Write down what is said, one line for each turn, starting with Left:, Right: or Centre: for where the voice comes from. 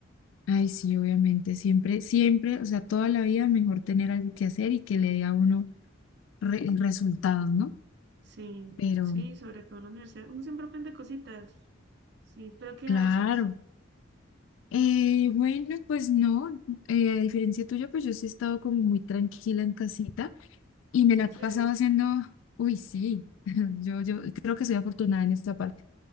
Left: Ay, sí, obviamente, siempre, siempre, o sea, toda la vida mejor tener algo que hacer y que le dé a uno re- resultados, ¿no?
Right: Sí,
Left: Pero
Right: sí, sobre todo en la universidad. Uno siempre aprende cositas. Sí, pero ¿qué
Left: Claro.
Right: haces?
Left: Eh, bueno, pues no, eh, a diferencia tuya, pues yo sí he estado como muy tranquila en casita y me
Right: Gracias
Left: la he pasado
Right: a Dios.
Left: haciendo, uy, sí, <laughs> yo, yo creo que soy afortunada en esta parte.